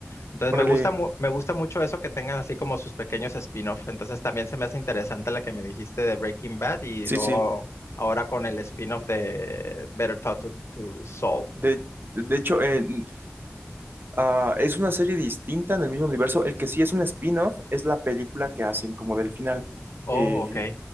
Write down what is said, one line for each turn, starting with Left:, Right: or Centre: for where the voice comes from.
Left: Entonces
Right: Órale,
Left: me gusta, mu- me gusta mucho eso que tengan así como sus pequeños spin-off. Entonces también se me hace interesante la que me dijiste de Breaking Bad y
Right: sí,
Left: luego
Right: sí.
Left: ahora con el spin-off de Better Talk to, to Saul.
Right: De, de hecho, en- ah, es una serie distinta en el mismo universo. El que sí es un spin-off es la película que hacen como del final.
Left: Oh,
Right: Eh,
Left: ok.